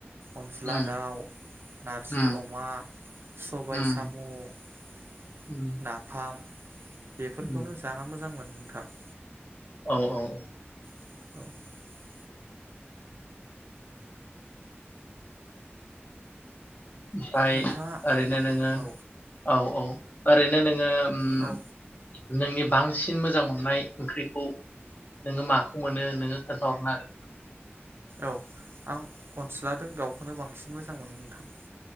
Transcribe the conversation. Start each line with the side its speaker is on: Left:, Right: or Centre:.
Right: अनज्ला
Left: उम
Right: दाउ, नारजि
Left: उम
Right: अमा, सबाय
Left: उम
Right: साम, '
Left: उम
Right: नाफाम। बेफोरखौनो
Left: उम
Right: जाना मोजां मोनो मोनोंथाम
Left: औ औ
Right: <inaudible>
Left: ओमफ्राय
Right: नोंथाङा
Left: ओरैनो नोङो
Right: औ
Left: औ औ आरैनो नोङो उम
Right: औ
Left: नोंनि बांसिन मोजां मोननाय ओंख्रिखौ नोङो माखौ मोनो नोङो खोन्थाहरनो हागोन
Right: औ आं अस्लादों दाउखौनो बांसिन मोजां मोनो नोंथां